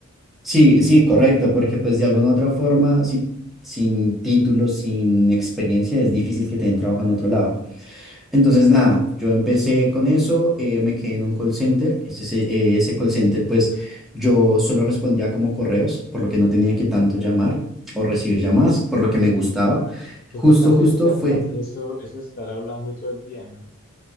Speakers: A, in the centre; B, on the left.
A: Sí, sí, correcto, porque pues de alguna otra forma, si- sin título, sin experiencia, es difícil que te den trabajo en otro lado. Entonces, nada, yo empecé con eso, eh, me quedé en un call center, ese, se- eh, ese call center pues yo solo respondía como correos, por lo que no tenía que tanto llamar o recibir llamadas, por lo que me gustaba.
B: Es
A: Justo,
B: bastante
A: justo
B: desgastante
A: fue
B: eso, eso estar hablando todo el día, ¿no?